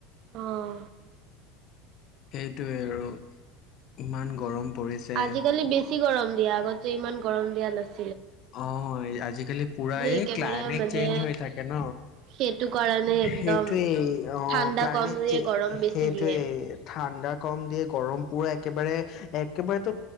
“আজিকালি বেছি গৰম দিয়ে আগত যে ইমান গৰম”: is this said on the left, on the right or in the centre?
Right